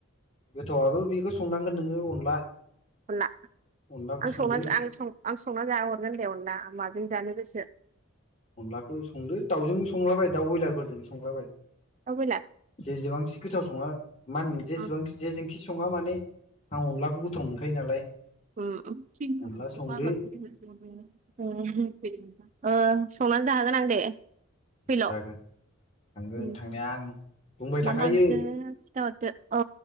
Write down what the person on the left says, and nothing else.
गोथावआथ' बेखौ संनांगोन नोङो अनला।
अनलाखौ
संदो
अनलाखौ संदो दाउजों संलाबाय दाउ बयलारफोरजों संलाबाय।
जेजेबांखि गोथाव सङा मा होनो जेसेबांखि
जेजोंखि सङा माने आं अनलाखौ गोथाव मोनखायो नालाय।
अनला
संदो
जागोन थांगोन
थांनाया आं। बुंबाय
थाखायो